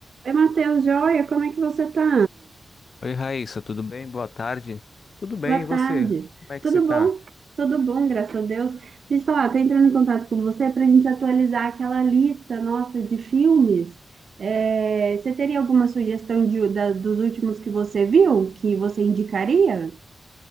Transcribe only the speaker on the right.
Oi, Matheus, joia, como é que você tá?
Boa tarde.
Tudo
bom? Tudo bom, graças a Deus. Deixa eu te falar, tô entrando em contato com você para a gente atualizar aquela lista nossa de filmes. É, você teria alguma sugestão de- da- dos últimos que você viu, que você indicaria?